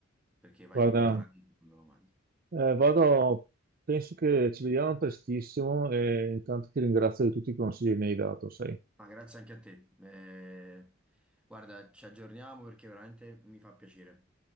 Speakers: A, in the centre; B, on the right.
A: perché vai
B: guarda...
A: tipo in paradiso quando lo mangi.
B: Eh, vado, penso che ci vediamo prestissimo e intanto ti ringrazio di tutti i consigli che mi hai dato, sai.
A: Ma grazie anche a te. Eh, guarda, ci aggiorniamo perché veramente mi fa piacere.